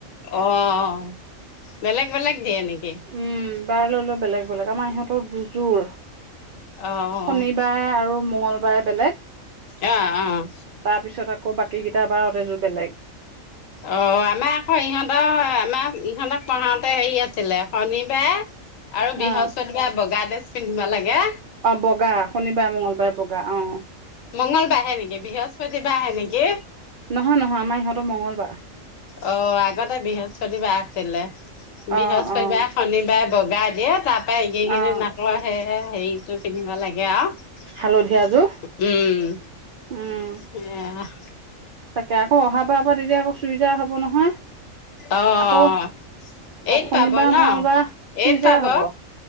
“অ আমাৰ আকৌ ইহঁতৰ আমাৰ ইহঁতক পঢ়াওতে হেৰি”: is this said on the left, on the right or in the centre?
Left